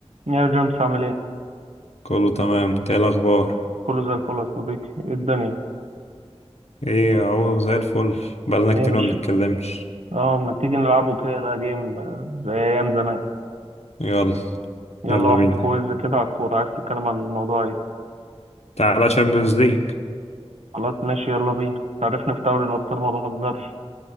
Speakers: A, on the right; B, on the left.
A: يا جيمس عامل ايه؟
B: كله تمام انت ايه الاخبار
A: كله زي الفل يا صديقي، ايه الدنيا؟
B: ايه اهو زي الفل بقالنا
A: ايه
B: كتير
A: مش
B: ما بنتكلمش
A: اه ما تيجي نلعبه كده ده جيم آه، زي ايام زمان،
B: يلا
A: يلا
B: يلا
A: واحد
B: بينا
A: كويز كده على الكورة، عايز تتكلم عن الموضوع ايه؟
B: تعالى شامبيونز ليج
A: خلاص ماشي يلا بينا، تعرفني في دوري الأبطال ما بهزرش،